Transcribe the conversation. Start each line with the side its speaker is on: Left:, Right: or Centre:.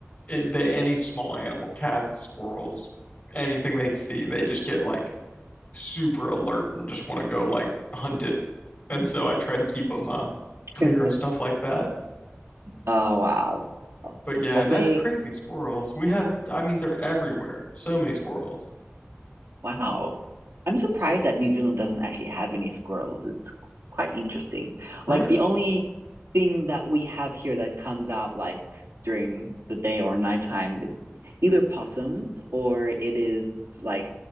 Left: it, they any small animal, cats, squirrels, anything they see, they just get like super alert and just want to go like hunt it. And so I try to keep them uh clear
Right: <laughs>
Left: of stuff like that.
Right: Oh, wow.
Left: But yeah,
Right: Have
Left: that's
Right: they?
Left: crazy squirrels. We have, I mean, they're everywhere. So many squirrels,
Right: Wow. I'm surprised that New Zealand doesn't actually have any squirrels. It's quite interesting.
Left: right?
Right: Like the only thing that we have here that comes out like during the day or nighttime, it's either possums or it is like